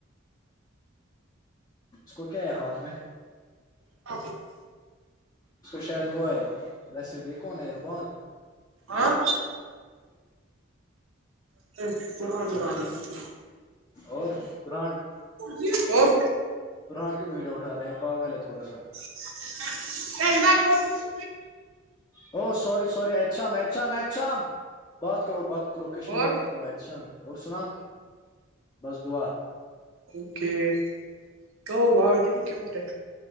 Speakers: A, on the left; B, on the right.
A: اس کو کیا ہے ہاتھ میں؟
B: <inaudible>
A: اس کو شاید وہ ہے بسٹ کون ہے رروبان
B: ہاں <inaudible>
A: اور دران
B: جی اور
A: برہان کی ویڈیو اٹھا رہا ہے پاگل ہے تھوڑا سا
B: <unintelligible>
A: ہو سوری سور ی اچھااھام اام بات کرو بات کرو کشمیری
B: اور
A: مت کرو اسے شام اور سنا بس دعا
B: اوکے تو و کہنی کیٹ ہے